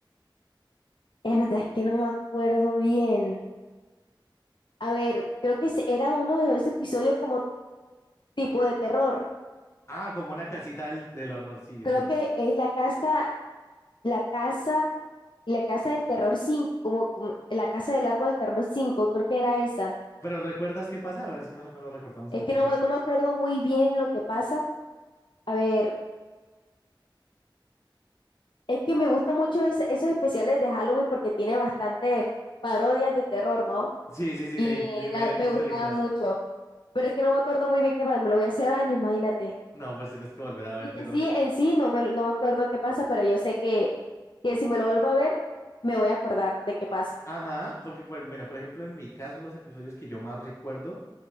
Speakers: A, on the left; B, on the left.
A: es verdad, es que no me acuerdo bien. A ver, creo que es- era uno de esos episodios como tipo de terror.
B: Ah, como una casita del, del horror, sí,
A: Creo
B: sí.
A: que es la casa, la casa, la casa del terror 5 como, como la casa del árbol del terror 5 creo que era esa.
B: Pero ¿recuerdas qué pasa? A ver si más o menos recordamos
A: Es
B: el episodio.
A: que no, no me acuerdo muy bien lo que pasa. A ver, Es que me gusta mucho es- esos especiales de Halloween porque tiene bastantes parodias de terror, ¿no?
B: Sí, sí, sí,
A: Y
B: de dif- diferentes
A: la- me gustaba
B: películas.
A: mucho. Pero es que no me acuerdo muy bien qué pasa. Me lo voy a hacer años, imagínate.
B: No, pues tienes que volver a vértelo.
A: Sí, sí,
B: Di-
A: en sí no me, no me acuerdo qué pasa, pero yo sé que, que si me lo vuelvo a ver, me voy a acordar de qué pasa.
B: Ajá, porque, pues, bueno, por ejemplo, en mi caso, los episodios que yo más recuerdo